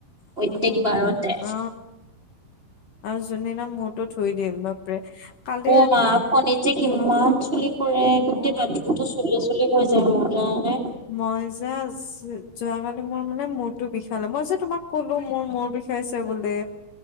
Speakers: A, on the right; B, on the left.
A: প্ৰত্যেক
B: নহয়
A: বাৰতে।
B: অ আৰু যোন দিনা মূৰটো ধুই দিম বাপৰে কালি
A: অ'
B: ৰাতি।
A: মা ফণীত যে কিমান চুলি সৰে, গোটেই
B: অ
A: বাথৰুমটো চুলি চুলি হৈ যায় মোৰ জানানে।
B: মই জাষ্ট যোৱাকালি মোৰ মানে মূৰতো বিষালে, মই যে তোমাক কলো মোৰ মূৰ বিষাই খাইছে বোলে,